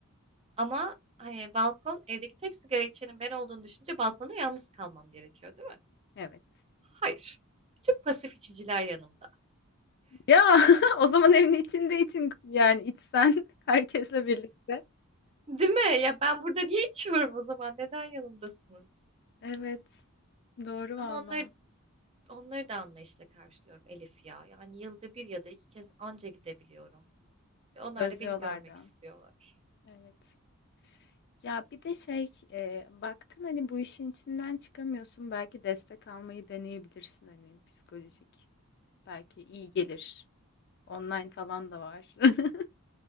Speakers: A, on the right (about 30°); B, on the left (about 50°).
A: Ama hani balkon evdeki tek sigara içenin ben olduğunu düşünce balkonda yalnız kalmam gerekiyor, değil mi?
B: Evet.
A: Hayır. Bütün pasif içiciler yanımda.
B: Ya <laughs> o zaman evin içinde için yani içsen <laughs> herkesle birlikte.
A: Değil mi? Ya ben burada niye içiyorum o zaman? Neden yanımdasınız?
B: Evet. Doğru valla.
A: Ama onları onları da anlayışla karşılıyorum Elif ya. Yani yılda bir ya da iki kez anca gidebiliyorum. Ve onlar
B: Özlüyorlar
A: da beni görmek
B: da.
A: istiyorlar.
B: Evet. Ya bir de şey e, baktın hani bu işin içinden çıkamıyorsun belki destek almayı deneyebilirsin hani psikolojik belki iyi gelir online falan da var. <laughs>